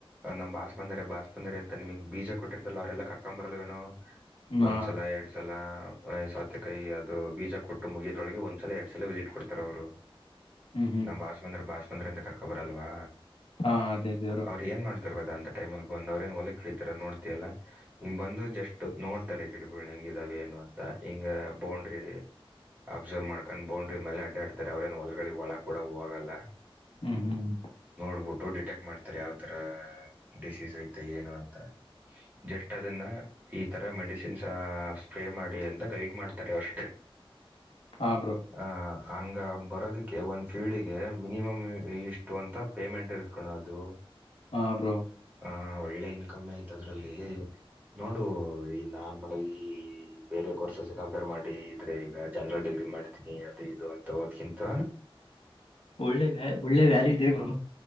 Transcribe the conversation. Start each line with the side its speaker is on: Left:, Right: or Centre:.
Right: ನಮ್ ಬಾಸ್ ಬಂದರೆ ಬಾಸ್ ಬಂದರೆ ಅಂತ ನಿಮಗ್ ಬೀಜ ಕೊಟ್ಟಿರ್ತಲ್ಲ ಅವ್ರೆಲ್ಲ ಕರ್ಕೊ ಬರಲ್ವೇನೋ
Left: ಹ್ಮ್
Right: ಒಂದ್ಸಲ
Left: ಹಾ
Right: ಎರಡ್ ಸಲ ್ ಸೌತೆಕಾಯಿ ಅದು ಬೀಜ ಕೊಟ್ಟು ಮುಗಿಯದೊಳಗೆ ಒಂದ್ಸಲ ಎರಡ್ ಸಲ ವಿಸಿಟ್ ಕೊಡ್ತಾರ ಅವ್ರು
Left: ಹ್ಮ್ ಹ್ಮ್
Right: ನಮ್ ಭಾಸ್ಮಂದ್ರ ಭಾಸ್ಮಂದ್ರ ಅಂತ ಕರ್ಕೊಬರಲ್ವಾ
Left: ಹಾ ಅದೇ ಅದೇ ಬ್ರೋ
Right: ಅವ್ರ ಏನ್ ಮಾಡ್ತ ಅಂತ ಟೈಮಲ್ಲಿ ಬಂದ ಅವ್ರೇನ್ ಹೊಲ ಕಿತಾರ ನೋಡ್ತಲ್ಲ ಹ ಬಂದು ಜಸ್ಟ್ ನೋ ತರ ಗಿಡಗಳ ಹೆಂಗ ಇದಿದಾವೆ ಏ ಅಂತ ಹಿಂಗ ಬೌಂಡ್ರಿ ಅಬ್ಸರ್ವ್ ಮಾಡ್ಕೊಂಡ್ ಬೋಂಡ್ರ ಮೇಲೆ ಅಡ್ಡಾಡ್ತಾರೆ ಅವ್ರೇನ್ ಹೊಲ್ಗಡೆ ಒಳ ಕೂಡ ಹೋಗಲ್ಲ
Left: ಹ್ಮ್ ಹ್ಮ್ ಹ್ಮ್.
Right: ನೋಡ್ಬಿಟ್ಟು ಡಿಟೆಕ್ಟ್ ಮಾಡ್ತಾರೆ ಯಾವ್ತರ ಡಿಸೀಸ್ ಐತೆ ಏನು ಅಂತ ಜಸ್ಟ್ ಅದನ್ನ ಈ ತರ ಮೆಡಿಸಿ ನ್ಸ ಸ್ಪ್ರೇ ಮಾಡಿ ಅಂತ ಗೈಡ್ ಮಾಡ್ತಾರೆ ಅವಷ್ಟೇ
Left: ಹಾಂ ಬ್ರೋ
Right: ಅ ಹಂಗ ಬರೋದಕ್ಕೆ ಒಂದ್ ಫಿ ಿಗೆ ಮಿನಿಮಮ್ ಇಷ್ಟು ಅಂತ ಪೇಮೆಂಟ್ ಇರ್ತ್ಕಣ ಅದು ಹ
Left: ಹಾ ಬ್ರೋ
Right: ಹ ಒಳ್ಳೆ ಇನ್ಕಮ್ ಆಯ್ತ ಅದ್ರಲ್ಲಿ ನೋಡು ಈ ನನ್ ಮ ಈ ಬೇರೆ ಕೋರ್ಸಸ್ ಕಂಪೇರ್ ಮಾಡಿ ಇದ್ರೆ ಈಗ ಜನರಲ್ ಡಿಗ್ರಿ ಮಾಡ್ತೀನಿ ಅದು ಇದು ಅಂತ ಓದಕಿಂತ
Left: ಒಳ್ಳೆ ವ್ಯಾ ಒಳ್ಳೆ ವ್ಯಾಲಿ ಇದೆ ಬ್ರರು